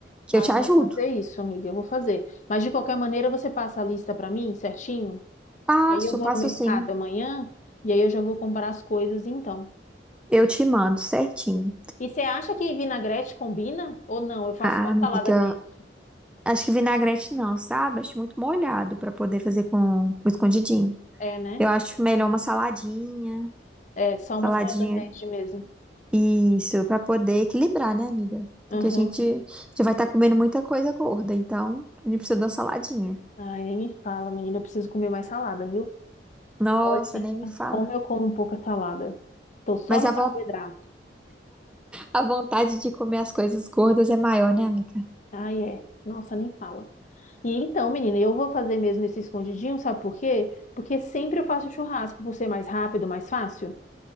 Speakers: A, in the centre; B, on the left.
A: Que
B: Ah,
A: eu te
B: eu
A: ajudo.
B: vou fazer isso, amiga, eu vou fazer. Mas de qualquer maneira, você passa a lista pra mim, certinho?
A: Passo,
B: E aí eu vou
A: passo
B: no mercado
A: sim.
B: amanhã e aí eu já vou comprar as coisas então.
A: Eu te mando certinho.
B: E você acha que vinagrete combina? Ou não? Eu faço
A: Ah,
B: só
A: amiga,
B: salada verde.
A: acho que vinagrete não, sabe? Acho muito molhado pra poder fazer com com escondidinho.
B: É, né?
A: Eu acho melhor uma saladinha,
B: É, só
A: saladinha
B: uma salada verde mesmo.
A: Isso, pra poder equilibrar, né, amiga? Porque
B: Aham.
A: a gente já vai estar comendo muita coisa gorda, então a gente precisa de uma saladinha.
B: Ai, nem me fala, menina. Eu preciso comer mais salada, viu?
A: Nossa,
B: Olha,
A: nem me fala.
B: como eu como pouca salada. Tô só
A: Mas
B: no
A: a,
B: carboidrato.
A: von- a vontade de comer as coisas gordas é maior, né, amiga?
B: Ai, é. Nossa, nem fala. E então, menina, eu vou fazer mesmo esse escondidinho, sabe por quê? Porque sempre eu faço churrasco, por ser mais rápido, mais fácil.